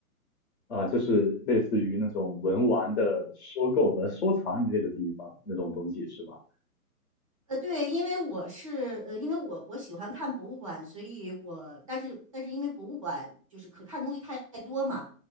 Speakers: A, on the left (about 45°); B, on the right (about 20°).
A: 啊，就是类似于那种文玩的收购和收藏一类的地方那种东西是吧？
B: 呃，对，因为我是呃，因为我我喜欢看博物馆，所以我但是但是因为博物馆就是可看东西太多嘛，